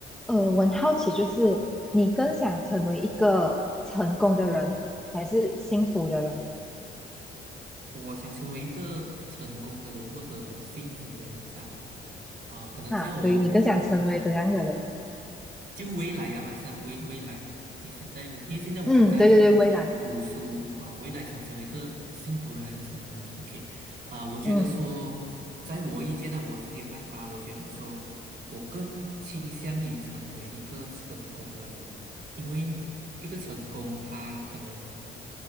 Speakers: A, in the centre; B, on the right.
A: 呃，我很好奇，就是你更想成为一个成功的人，还是幸福的人？
B: 我想成为一个成功的人或者幸福的人噻，啊、可能在我嗯，
A: 啊，对，你更想成为怎样的人？
B: 就未来呀嘛，是啊，未未来，你现在我因为现在我还在
A: 嗯，对对对，未来，
B: 读书啊、未来想成为一个幸福人还是成功人？OK，啊、我觉得说，
A: 嗯
B: 在我意见呢、我自己的看法，我觉得说我更倾向于成为一个成功的人，因为一个成功，他可能。